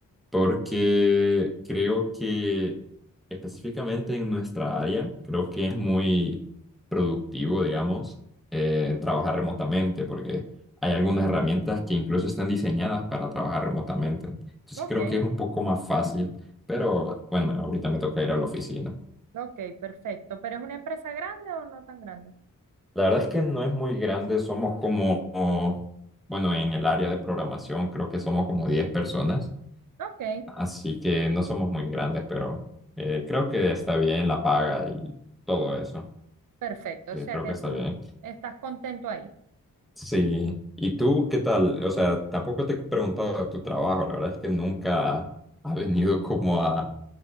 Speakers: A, in the centre; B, on the right.
A: porque creo que específicamente en nuestra área, creo que es muy productivo, digamos, eh, trabajar remotamente porque hay algunas herramientas que incluso están diseñadas para trabajar remotamente. Entonces
B: Ok,
A: creo que es un poco más fácil, pero bueno, ahorita me toca ir a la oficina.
B: ok, perfecto. ¿Pero es una empresa grande o no tan grande?
A: La verdad es que no es muy grande, somos como, bueno, en el área de programación creo que somos como 10 personas,
B: Ok,
A: así que no somos muy grandes, pero eh, creo que está bien la paga y todo eso,
B: perfecto.
A: que
B: O sea
A: creo
B: que
A: que está
B: tú
A: bien.
B: estás contento ahí,
A: Sí, ¿y tú qué tal? O sea, tampoco te he preguntado de tu trabajo, la verdad es que nunca ha venido como a,